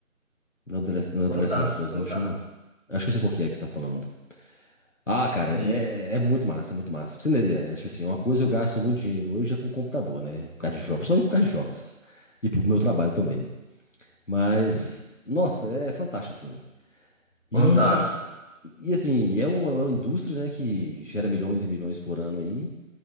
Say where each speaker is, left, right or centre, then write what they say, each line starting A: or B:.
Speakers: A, on the left; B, on the left.
A: Não é The Last, não é
B: Fantástico,
A: The Last of Us,
B: fantástico.
A: não chama? Acho que eu sei qual que é que você tá falando. Ah, cara,
B: Sim,
A: é, é muito massa, é muito massa. Pra você entender, é tipo assim, uma coisa eu gasto muito dinheiro hoje é com computador, né? Por causa de jogos, principalmente por causa de jogos. E pro meu trabalho também. Mas, nossa, é fantástico, assim.
B: fantástico.
A: E, e assim, é uma, é uma indústria, né, que gera milhões e milhões por ano aí.